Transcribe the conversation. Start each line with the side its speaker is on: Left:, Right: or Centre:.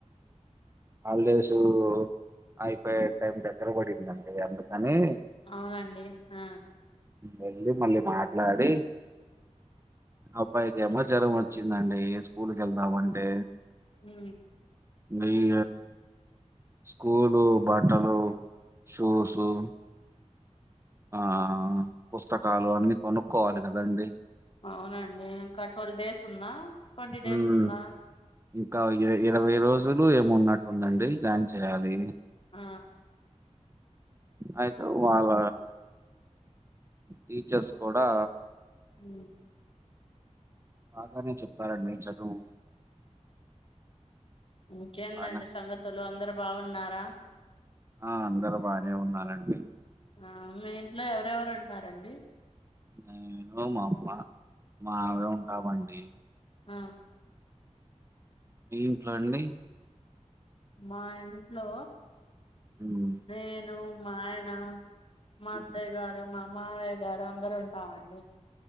Right: హాల్డేసూ అయిపోయే టైం దగ్గర పడిందండి అందుకని
Left: అవునండి ఆ
Right: వెళ్ళి మళ్ళీ మాట్లాడీ అబ్బాయిది ఏమో జరం వచ్చిందండి స్కూల్కి వెళ్దామంటే
Left: ఊ
Right: న <inaudible> స్కూలు బట్టలు షూసు ఆ పుస్తకాలు అన్ని కొనుక్కోవాలి కదండీ
Left: అవునండి ఇంకా ట్వెల్వ్ డేస్ ఉన్నా ట్వంటీ డేస్
Right: ఉమ్
Left: ఉందా
Right: ఇంకా ఇ ఇరవై రోజులు ఏమో ఉన్నట్టుందండి జాయిన్ చేయాలి
Left: ఆ
Right: అయితే వాళ్ళ టీచర్స్ కూడా
Left: ఉ
Right: బాగానే చెప్తారండి చదువు
Left: ఇంకేందండి
Right: బానే
Left: సంగతులు అందరు బాగున్నారా
Right: ఆ అందరూ బానే ఉన్నారంండి
Left: ఆ మీ ఇంట్లో ఎవరెవరు ఉంటారండి
Right: నేను మా అమ్మ మా ఆవిడ ఉంటామండి
Left: అ
Right: మీ ఇంట్లో అండి
Left: మా ఇంట్లో
Right: ఉమ్
Left: నేను మా ఆయన మా
Right: ఉమ్
Left: అత్తయ్య గారు మా మావయ్య గారు అందరం ఉంటామండి